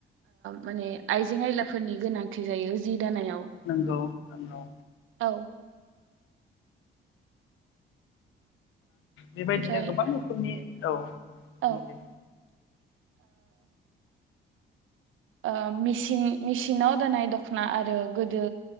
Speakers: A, on the right; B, on the left.
A: माने आइजें आयलाफोरनि गो नांथि जायो जि दानायाव
B: नंगौ नंगौ
A: औ
B: बेबायदिनो
A: ओमफ्राय
B: गोबां रोखोमनि औ
A: औ
B: बुं
A: ओ
B: दे
A: ओ मेसिन मेसिनाव दानाय दख'ना आरो गोदो